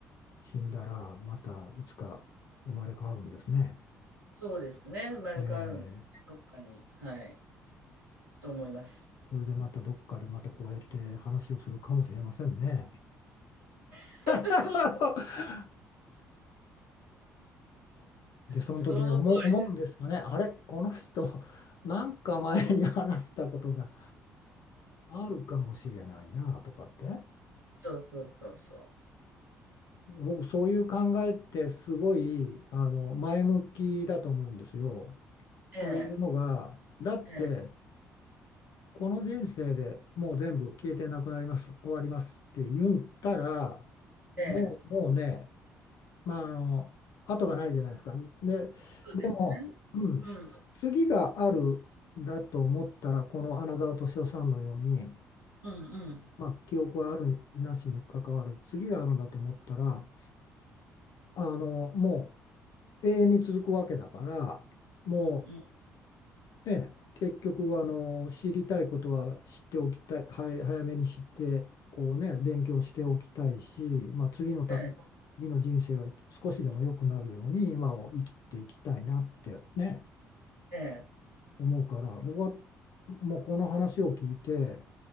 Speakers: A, on the left; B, on the right.
A: 死んだら、またいつか生まれ変わるんですね。
B: そうですね、生まれ変わるんですね、
A: ええ。
B: どっかに。はい。と思います。
A: それでまたどっかでまたこうやって話をするかもしれませんね。
B: <laughs>
A: <laughs>
B: そう、
A: で、その時に思う、
B: その通り。
A: 思うんですかね。あれ、この人、<laughs> なんか前に話したことが。あるかもしれないなとかって
B: そうそうそうそう。
A: 僕そういう考えってすごいあの前向きだと思うんですよ。
B: ええ、
A: というのがだって
B: ええ、
A: この人生でもう全部消えてなくなります終わりますって言ったらもう、
B: ええ、
A: もうね、まあ、あの後がないじゃないですか。で、
B: そうですね。
A: でもうん、
B: うん、
A: 次があるんだと思ったらこの穴澤敏夫さんのように、
B: うん、うん、
A: まあ、記憶はあるになしに関わる次があるんだと思ったらあのもう永遠に続くわけだからも
B: うん、うん、
A: うね結局あの知りたいことは知っておきたいはい早めに知ってこうね勉強しておきたいし、まあ、次のため次の人生が少しでも良くなるように今を生きていきたいなってね
B: ええ、ええ、
A: 思うから僕はもうこの話を聞いて